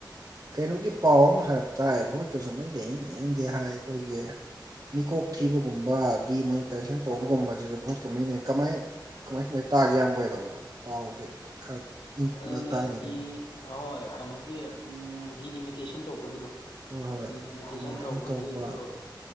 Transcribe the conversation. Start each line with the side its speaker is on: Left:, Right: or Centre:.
Right: ꯀꯩꯅꯣꯒꯤ ꯄꯥꯎ ꯑꯃ ꯍꯥꯏꯕ ꯇꯥꯏꯕꯣꯏ ꯀꯁꯨ ꯅ ꯂꯩꯅꯤ ꯂꯩꯅꯗꯦ ꯍꯥꯏ ꯑꯩꯈꯣꯏꯒꯤ ꯃꯤꯀꯣꯛ ꯊꯤꯕꯒꯨꯝꯕ ꯗꯤꯃꯣꯅꯤꯇꯥꯏꯖꯦꯁꯟ
Left: ꯎꯝ
Right: ꯇꯧꯕꯒꯨꯝꯕꯁꯤꯁꯨ ꯀꯃꯅꯤ ꯀꯃꯥꯏ ꯀꯃꯥꯏ ꯀꯃꯥꯏꯅ ꯇꯥꯒꯦ ꯌꯥꯝꯕꯣꯏꯗꯣꯗ ꯄꯥꯎꯁꯦ ꯈꯔ ꯅꯤꯡꯇꯝꯅ
Left: ꯑꯗꯨꯅꯦꯗꯤ
Right: ꯇꯥꯏꯅꯦ ꯑꯗꯣꯝꯗ
Left: ꯑꯍꯣꯏ ꯀꯩꯅꯣꯒꯤ ꯎ ꯗꯤꯂꯤꯃꯤꯇꯦꯁꯟ ꯇꯧꯕꯒꯤꯗꯣ
Right: ꯍꯣꯏ ꯍꯣꯏ
Left: ꯗꯤꯂꯤꯃꯤꯇꯦꯁꯟ
Right: ꯗꯤꯃꯣꯅꯤꯇꯥꯏꯖꯦꯁꯟ
Left: ꯇꯧꯕꯒꯤ
Right: ꯇꯧꯕ
Left: ꯑꯗꯨ